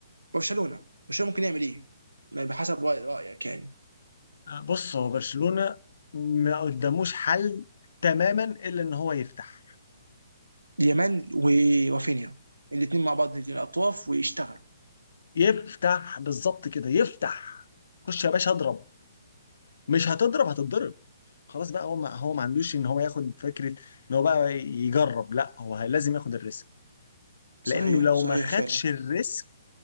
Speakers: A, on the right; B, on the left.
A: برشلونه برشلونه ممكن يعمل ايه؟ بحسب رايك يعني
B: آه، بص هو برشلونة ما قداموش حل تماما الا ان هو يفتح
A: يمان ورافينيا الاثنين مع بعض يجي الاطراف ويشتغل
B: يفتح بالظبط كده يفتح خش يا باشا اضرب مش هتضرب هتتضرب خلاص بقى هو ما هو ما عندوش ان هو ياخد فكرة ان هو بقى يجرب لا هو لازم ياخد الريسك
A: صحيح
B: لانه لو
A: صحيح
B: ما خدش
A: فعلا
B: الريسك